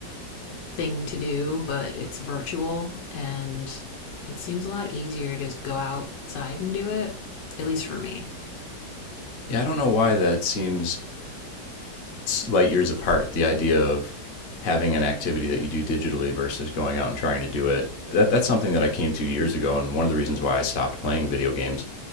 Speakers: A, on the left (about 80°); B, on the left (about 50°).
A: thing to do, but it's virtual and it seems a lot easier to just go outside and do it, at least for me.
B: Yeah, I don't know why that seems light years apart. The idea of having an activity that you do digitally versus going out and trying to do it. That that's something that I came to years ago and one of the reasons why I stopped playing video games